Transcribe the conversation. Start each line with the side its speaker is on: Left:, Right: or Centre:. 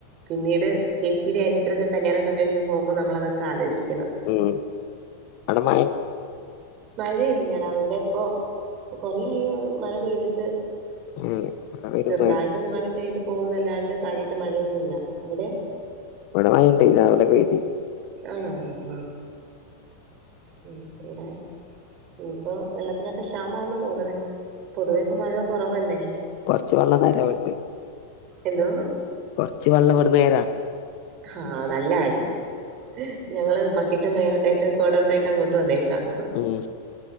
Right: പിന്നീട് ചേച്ചിടി അനീത്രക്ക കല്യാണോക്കെ കഴിഞ് പോവുമ്പോ നമ്മളതൊക്കെ ആലോചിക്കണം.
Left: ഉം അട മയെ.
Right: മഴയില്ലടാ ഇവടെപ്പൊ കൊറെയി മഴ പെയ്തിട്ട്.
Left: ഏഹ് ഇവിടെ പെരും
Right: ചെറുതായിട്ടൊന്ന് മഴ പെയ്ത് പോവുന്നല്ലാണ്ട് കാര്യായിട്ട് മഴയൊന്നുല്ല അവിടെ.
Left: ഇവിടെ മയെണ്ട് രാവിലെ പെയ്തി നി
Right: ആണോ ആഹ് അഹ് ഉം വിടെ ഇനിപ്പോ വെള്ളത്തിനൊക്കെ ശാമാവുന്ന തോന്നണെ. പൊതുവേപ്പൊ മഴകൊറവല്ലേ
Left: കൊറച്ച് വെള്ളം തരാ ഇവിടുന്ന്
Right: എന്തോ.
Left: കൊറച്ച് വള്ളം ഇവട്ന്നെരാ.
Right: ആഹ് നല്ലാര്യം. ഞങ്ങള് ബക്കറ്റും കയറൊക്ക ആയിട്ട് കൊടൊക്കെ അയിട്ട് അങ്ങോട്ട് വന്നേക്കാം.
Left: ഉം